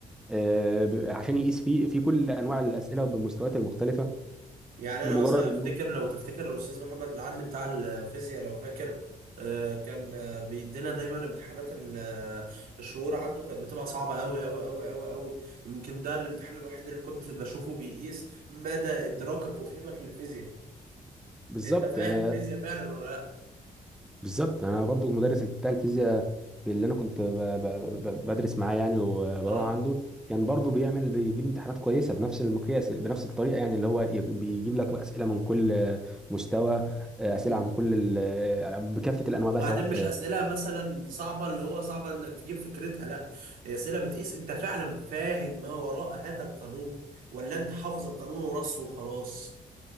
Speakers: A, in the centre; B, on the right.
A: آه، ب- عشان يقيس فيه في كل انواع الاسئله وبمستويات المختلفه
B: يعني
A: لمجرد
B: انا مثلا
A: انه
B: افتكر لو تفتكر الاستاذ محمد العدل بتاع الفيزياء لو فاكر آه، كان آه، بيدينا دايما امتحانات ال- آه، الشهور عنده كانت بتبقى صعبه قوي قوي قوي قوي قوي يمكن ده الامتحان الوحيد اللي كنت بشوفه بيقيس مدى ادراكك وفهمك للفيزياء
A: بالظبط
B: انت فاهم
A: آه،
B: فيزياء فعلا ولا لا
A: بالظبط انا برضو المدرس بتاع الفيزياء اللي انا كنت ب- ب- ب- بدرس معاه يعني وبروح
B: اه
A: عنده كان برضو بيعمل بيجيب امتحانات كويسه بنفس المقياس بنفس الطريقه يعني اللي هو ي- بيجيب لك اسئله من كل مستوى آه،
B: مم.
A: اسئله عن كل ال- آه، بكافه الانواع بقى
B: وبعدين
A: سواء
B: مش
A: آه،
B: اسئله مثلا صعبه اللي هو صعبه انك تجيب فكرتها لا هي اسئله بتقيس انت فعلا فاهم ما وراء هذا القانون ولا انت حافظ القانون ورصه وخلاص